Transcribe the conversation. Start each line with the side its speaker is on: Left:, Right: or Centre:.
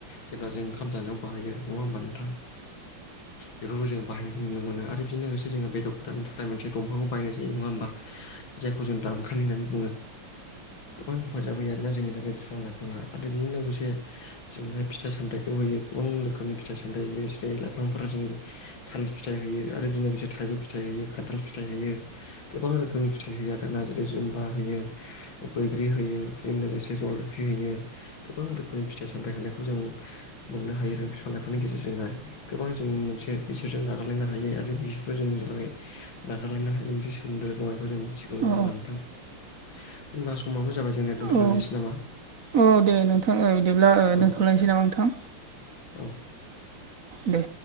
Left: जेब्ला जों ओंखाम जानायाव बाहायो नङा होमबा नोंथां बेफोरखौ जोङो बाहायनायखौ नुनो मोनो आरो बेजों लोगोसे जोङो बेदर गोदारनो थाखाय मोनसे दंफांखौ बायनाय जायो नङा होमबा जायखौ जों दानखालि होननानै बुङो गोबां हेफाजाब होयो आरोना जोंनि थाखाय बिफां लाइफाङा आरो बेजों लोगोसे जोंह फिथा सामथायाइखौ होहैयो गोबां रोखोमनि फिथाइ सामथायाइ जेरै लाइफांफोरा जेरै थालिर फिथाइ होयो आरो बिनो लोगोसे थाइजौ फिथाइ होयो खान्थाल फिथाइ होयो गोबां रोखोम रखोमनि फिथाइ होयो आरो नारजि जुम्बा होयो बैग्रि होयो बेजों लोगोसे फिेजलफि होयो गोबां रोखोमनि फिथाइ सामथाइ होनायखौ जों मोननो हायो आरो सामायफोरनि गेजेरजोंहाय गोबां जों मोनसे बिसोरजों नागारलायनो हायो आरो बिसोरखौ जों जेाय नागारलायनो हायो मोनसे सोमोनद्र दंनायखौ जों मिथिगौ नङा
Right: औ
Left: होमबा नोंथां होनोमबा समाबो जाबाय जोंनिया दोन्थ'लायनायसै
Right: औ
Left: नामा
Right: औ दे नोंथां बिदिब्ला
Left: औ
Right: दोनथ'लायनोसै नामा नोंथां
Left: औ
Right: दे